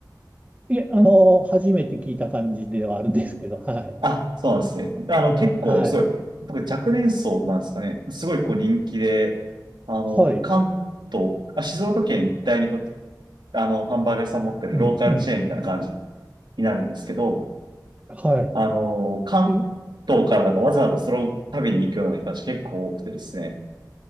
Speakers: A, on the right (about 20°); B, on the right (about 80°).
A: いえ、あの、初めて聞いた感じではあるんですけど、はい。
B: あ、そうなんですね。であの、
A: はい、
B: 結構、
A: はい。
B: すごい、僕若年層なんですかね。すごい、こう、人気で、あの、
A: はい。
B: 関東、あ、静岡県一帯にこう、あの、ハンバーグ屋さん持ってるローカルチェーンみたいな感じ
A: うん、うん。
B: になるんですけど、
A: は
B: あの、関東からだからわざわざその旅に行くような人たち結構多くてですね。
A: い。え、